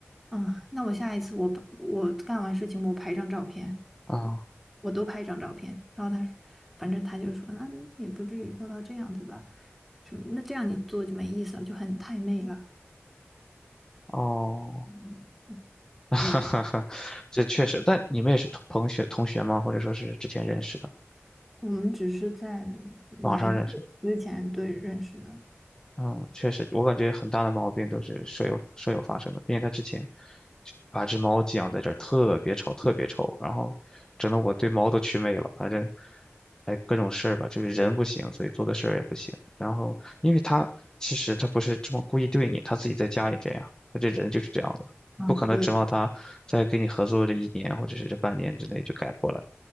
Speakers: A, in the centre; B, on the left.
A: 嗯，那我下一次我把我干完事情我拍张照片，
B: 啊，
A: 我都拍张照片。然后他说，反正他就说，那也不至于做到这样子吧，什么？那这样你做就没意思了，就很太媚了。
B: 哦，
A: 嗯，
B: <laughs> 哈哈哈，
A: 对，
B: 这确实，但你们也是同同学同学吗？或者说是之前认识的，
A: 我们只是在来之前对认识的。
B: 网上认识的嗯，确实，我感觉很大的毛病都是舍友舍友发生的，并且他之前就把只猫寄养在这儿，特别吵，特别臭，然后整得我对猫都祛魅了。反正，哎，各种事儿吧，就是人不行，所以做的事儿也不行。然后，因为他其实他不是这么故意对你，他自己在家也这样，他这人就是这样的，
A: 啊，
B: 不可能指望他在跟你合作这一年或者是这半年之内就改过来。
A: 对，